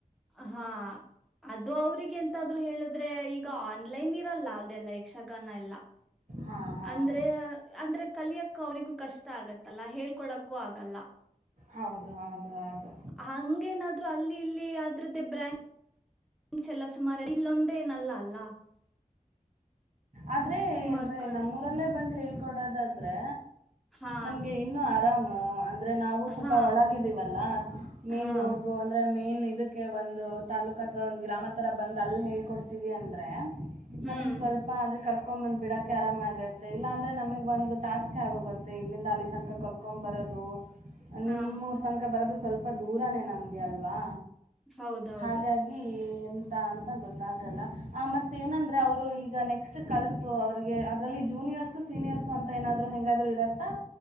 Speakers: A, in the centre; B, on the right.
A: ಹ ಹಾ ಅದು ಅವ್ರಿಗೆ ಎಂತಾದ್ರು ಹೇಳಿದ್ರೆ ಈಗ ಆನ್ಲೈನ್ ಇರಲ್ಲ ಅದೆಲ್ಲ ಯಕ್ಷಗಾನ ಎಲ್ಲ.
B: ಹಾಂ ಹಾಂ
A: ಅಂದ್ರೆ ಅಂದ್ರೆ ಕಲಿಯಕ್ಕ ಅವ್ರರಿಗೂ ಕಷ್ಟ ಆಗತ್ತಲ್ಲ ಹೇಳ್ಕೊಡಕ್ಕೂ ಆಗಲ್ಲ.
B: ಹೌದು ಹೌದು ಹೌದು
A: ಹಂಗೇನಾದ್ರು ಅಲ್ಲಿ ಇಲ್ಲಿ ಅ್ರದ್ದೇ ಬ್ರ್ಯಾಂಡ್. ಡ್ಸ್ ಎಲ್ಲ ಸುಮಾರು ಇಲ್ಲೊಂದೇ ಏನಲ್ಲ ಅಲ್ಲ.
B: ಆದ್ರೆ
A: ಸುಮಾರು
B: ಅಂದ್ರೆ
A: ಕಡೆ
B: ನಮ್ಮೂರಲ್ಲೇ ಬಂದ್ ಹೇಳ್ಕೊಡೋದಾದ್ರೆ.
A: ಹಾ
B: ನಮ್ಗೆ ಇನ್ನು ಆರಾಮು ಅಂದ್ರೆ ನಾವು ಸ್ವಲ್ಪ
A: ಹಾ
B: ಒಳಗಿದೀವಲ್ಲ ಮೇನ್
A: ಹಾ
B: ರೋಡು ಅಂದ್ರೆ. ಮೇನ್ ಇದಕ್ಕೆ ಒಂದು ತಾಲ್ಲೂಕ ಅತವ ಒಂದ್ ಗ್ರಾಮ ತರ ಬಂದ್ ಅಲ್ ಹೇಳ್ಕೊಡ್ತೀವಿ ಅಂದ್ರೆ.
A: ಹ್ಮ್
B: ನಮಗ್ ಸ್ವಲ್ಪ ಆದ್ರೆ ಕರ್ ಕರ್ಕೋಮ್ದ್ ಬಿಡಕೆ ಆರಾಮ ಆಗತ್ತೆ ಇಲ್ಲ ಅಂದ್ರೆ ನಮಗ್ ಒಂದು ಟಾಸ್ಕ್ ಆಗೋಗುತ್ತೆ ಇಂದ ಅಲ್ಲಿ ತನಕ ಕರ್ಕೊಂಬರದೇ. ದು
A: ಹಾ
B: ನಿಮ್ಮೂರ್ ತನ್ಕ ಬರೋದು ಸ್ವಲ್ಪ ದೂರನೇ ನಮ್ಗೆ ಅಲ್ವಾ.
A: ಹೌದೌದು
B: ಹಾಗಾಗಿ ಎಂತ ಅಂತ ಗೊತ್ತಾಗಲ್ಲ ಆ ಮತ್ ಏನಂದ್ರೆ ಅವ್ರು ಈಗ ನೆಕ್ಸ್ಟ್ ಕಲ್ತು ಅವ್ರಿಗೆ ಅದ್ರಲ್ಲಿ ಜೂನ್ ಜೂನಿಯರ್ಸು ಸೀನಿಯರ್ಸು ಅಂತ ಏನಾದರೂ ಹೆಂಗಾದರೂ ಇರುತ್ತಾ.